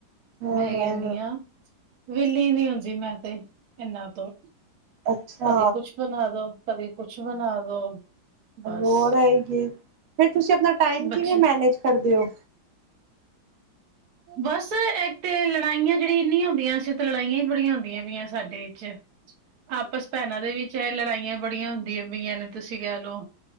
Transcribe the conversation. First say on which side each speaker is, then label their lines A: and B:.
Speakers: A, on the right (about 85°); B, on the right (about 65°).
A: ਹਾਂ
B: ਮੈਂ
A: ਹਾਂ
B: ਕੈਨੀ
A: ਹਾਂ
B: ਆ ਵੇਲੀ ਨੀ ਹੁੰਦੀ ਮੈਂ ਤੇ ਏਨਾਂ ਤੋਂ।
A: ਅੱਛਾ
B: ਕਦੇ ਕੁੱਛ ਬਣਾ ਦੋ ਕਦੇ ਕੁਛ ਬਣਾ ਦੋ। ਬਸ
A: ਹੋਰ ਰਹਿਗੀਏ ਫੇਰ ਤੁਸੀਂ ਆਪਣਾ ਟਾਈਮ
B: ਬੱਚੇ
A: ਕਿਵੇਂ ਮੈਨੇਜ ਕਰਦੇ ਓ?
B: ਬਸ ਇੱਕ ਤੇ ਲੜਾਈਆਂ ਜੇੜੀ ਇੰਨੀਆਂ ਹੁੰਦੀਆਂ ਸੀ ਤੇ ਲੜਾਈਆਂ ਈ ਬੜੀਆਂ ਹੁੰਦੀਆਂ ਵੀਆਂ ਸੀ। ਸਾਡੇ ਈ ਚ ਆਪਸ ਭੈਣਾਂ ਦੇ ਵਿੱਚ ਐ ਲੜਾਈਆਂ ਬੜੀਆਂ ਹੁੰਦੀਆਂ ਪਈਆਂ ਨੇ ਤੁਸੀਂ ਕੈ ਲੋ।